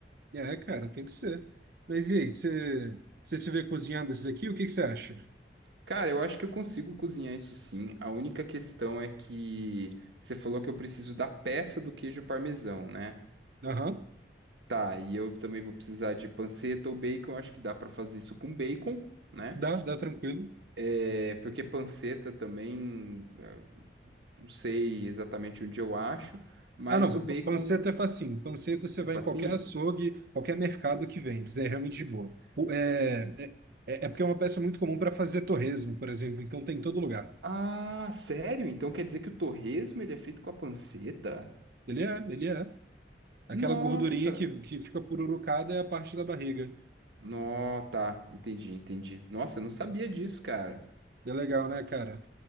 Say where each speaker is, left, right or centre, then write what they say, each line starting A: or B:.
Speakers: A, on the right (about 55°); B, on the right (about 85°).
A: É, cara, tem que ser. Mas e aí, você você se vê cozinhando esses aqui? O que que você acha?
B: Cara, eu acho que eu consigo cozinhar isso sim. A única questão é que você falou que eu preciso da peça do queijo parmesão, né?
A: Aham,
B: Tá, e eu também vou precisar de panceta ou bacon. eu Acho que dá pra fazer isso com bacon, né?
A: dá, dá tranquilo.
B: É, porque panceta também, é, não sei exatamente onde eu acho, mas
A: Ah, não,
B: o bacon
A: pan- panceta é facinho. Panceta você
B: é
A: vai
B: facinho.
A: em qualquer açougue, qualquer mercado que vende, é realmente de boa. O- é, é, é é porque é uma peça muito comum para fazer torresmo, por exemplo, então tem em todo lugar.
B: Ah, sério? Então quer dizer que o torresmo ele é feito com a panceta?
A: Ele é, ele é.
B: Nossa!
A: Aquela gordurinha que, que fica pururucada é a parte da barriga.
B: Nó, tá, entendi, entendi. Nossa, eu não sabia disso, cara.
A: É legal, né, cara?